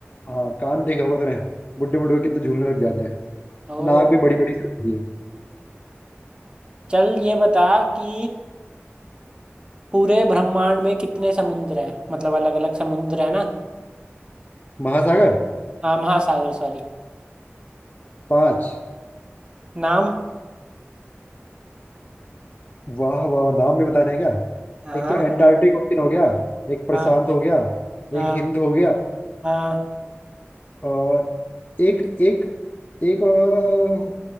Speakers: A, on the left; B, on the right.
A: हाँ कान देखा होगा तूने बुड्ढे बुड्ढे कितने झूलने लग जाते हैं
B: ओ
A: नाक भी बड़ी बड़ी सी होती है
B: चल ये बता कि पूरे ब्रह्मांड में कितने समुद्र हैं मतलब अलग अलग समुद्र है ना
A: महासागर
B: हाँ महासागर सॉरी
A: पांच
B: नाम
A: वाह वाह नाम भी बताने हैं क्या
B: हाँ
A: एक तो एंटार्क्टिक ओशन हो गया एक प्रशांत
B: हाँ
A: हो गया
B: हाँ
A: एक हिंद हो गया
B: हाँ
A: और एक एक एक और